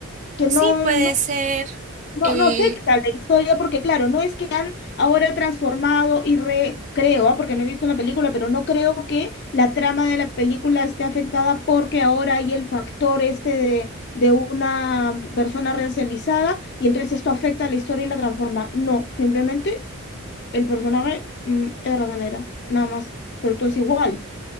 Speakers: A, on the left (about 50°); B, on the right (about 35°).
A: Que
B: sí,
A: no,
B: puede
A: no,
B: ser
A: no,
B: eh,
A: no afecta a la historia porque, claro, no es que han ahora transformado y recreo ¿ah? Porque no he visto la película, pero no creo que la trama de la película esté afectada porque ahora hay el factor este de, de una persona racializada y entonces esto afecta a la historia y la transforma. No, simplemente el personaje mm, es raza negra, nada más, pero todo es igual.